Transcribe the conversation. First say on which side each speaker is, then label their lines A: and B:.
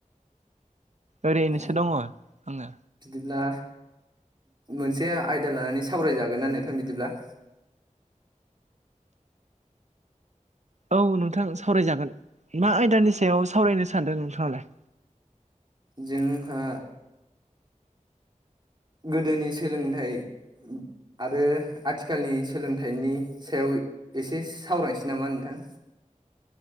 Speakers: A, on the right; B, on the right.
A: ओरैनोसो
B: अ
A: दङ आङो
B: बिदिब्ला मोनसे आयदा लानानै सावरायजागोन ना नोंथां बिदिब्ला
A: औ नोंथां सावरायजागोन मा आयदानि सायाव सावरायनो सानदों नोंथाङालाय
B: जोंहा गोदोनि सोलोंथाइ आरो आथिखालनि सोलोंथाइनि सायाव एसे सावरायनोसै नामा नोंथां?